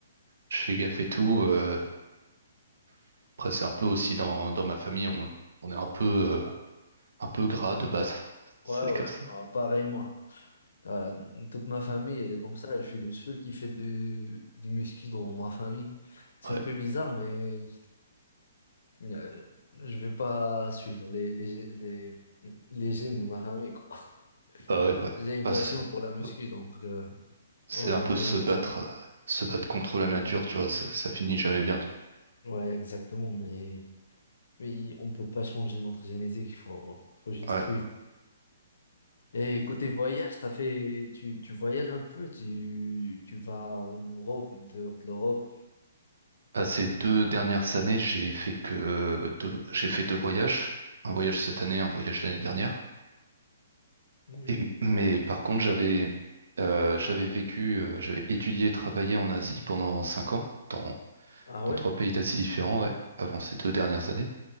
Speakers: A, on the right; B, on the left.
A: je fais gaffe et tout, euh, <clears throat> après c'est un peu aussi dans, dans ma famille, on, on est un peu euh, un peu gras de base. <laughs> C'est
B: Ouais, ouais,
A: comme ça.
B: ah, pareil moi. Euh, toute ma famille, elle est comme ça. Je suis le seul qui fait de, du muscu dans ma famille. C'est
A: Ouais,
B: un peu bizarre, mais euh, je vais pas suivre les, les, les, les gènes de ma famille, quoi. <laughs>
A: bah ouais, ouais.
B: J'ai une
A: Bah,
B: passion
A: c'est
B: pour la muscu,
A: ouais.
B: donc euh,
A: C'est
B: ouais,
A: un
B: j'aime
A: peu
B: bien
A: se
B: le
A: battre,
B: faire.
A: euh, se battre contre la nature, tu vois, ça, ça finit jamais bien. tu
B: Ouais, exactement, mais, mais on peut pas changer notre génétique, il faut, faut juste
A: vois.
B: suivre.
A: Ouais.
B: Et côté voyage, t'as fait, tu, tu voyages un peu, tu, tu vas en Europe, en dehors de l'Europe.
A: Bah, ces deux dernières années, j'ai fait que deux, j'ai fait deux voyages. Un voyage cette année, un voyage l'année dernière.
B: Oui.
A: Et, mais par contre, j'avais euh, j'avais vécu, euh, j'avais étudié et travaillé en Asie pendant cinq ans, dans,
B: Ah
A: dans
B: ouais?
A: trois pays d'Asie différents, ouais, avant ces deux dernières années.